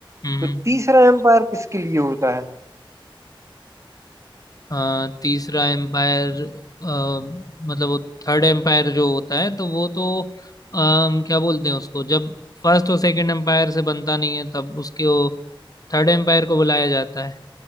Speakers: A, on the left; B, on the right.
A: हम्म
B: तो तीसरा एम्पायर किसके लिए होता है
A: हाँ तीसरा एम्पायर मतलब वो थर्ड एम्पायर जो होता है तो वो तो अम, क्या बोलते हैं उसको जब फर्स्ट और सेकंड एम्पायर से बनता नहीं है तब उसके थर्ड एम्पायर को बुलाया जाता है